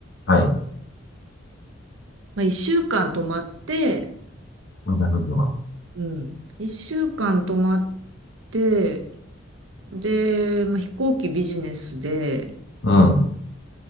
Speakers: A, on the left (about 60°); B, on the right (about 75°).
A: はい。
B: まあ、1週間泊まって、
A: 510万。
B: うん。1週間泊まって、で、まあ、飛行機ビジネスで、
A: うん。